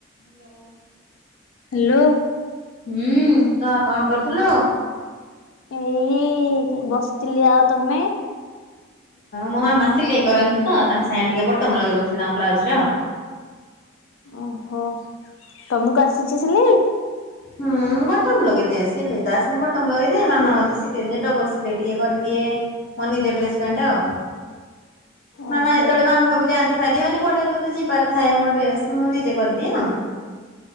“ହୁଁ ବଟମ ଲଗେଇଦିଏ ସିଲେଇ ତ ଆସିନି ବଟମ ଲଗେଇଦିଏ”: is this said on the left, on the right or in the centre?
Left